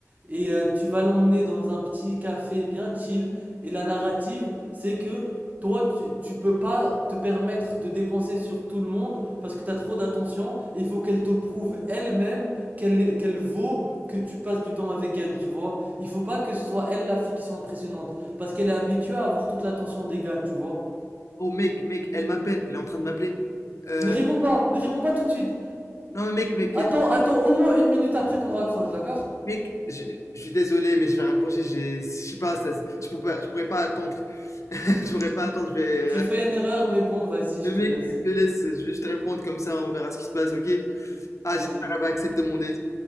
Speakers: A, on the right; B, on the left.
A: Et euh, tu vas l'emmener dans un petit café bien chill. Et la narrative, c'est que toi, tu, tu peux pas te permettre de dépenser sur tout le monde parce que t'as trop d'attention. Il faut qu'elle te prouve elle-même qu'elle qu'elle vaut que tu passes du temps avec elle, tu vois. Il faut pas que ce soit elle la fille qui soit impressionnante parce qu'elle est habituée à avoir toute l'attention des gars, tu vois.
B: Oh, mec, mec, elle m'appelle, elle est en train de m'appeler. Euh,
A: Ne réponds pas, ne réponds pas tout de suite.
B: non, mais mec,
A: Attends,
B: mec,
A: attends au moins une minute après qu'on raccroche, d'accord?
B: Mec, je, je suis désolé, mais je vais raccrocher. j'ai- Je sais pas, ça, je pourrais, je pourrais pas attendre. <laughs> Je pourrais pas attendre. Je vais,
A: Tu
B: euh,
A: fais une erreur, mais bon, vas-y,
B: le
A: je te
B: mec,
A: laisse.
B: je te laisse. Je vais juste répondre comme ça. On verra ce qui se passe, ok? Ah,
A: Vas-y.
B: j'espère qu'elle va accepter mon date.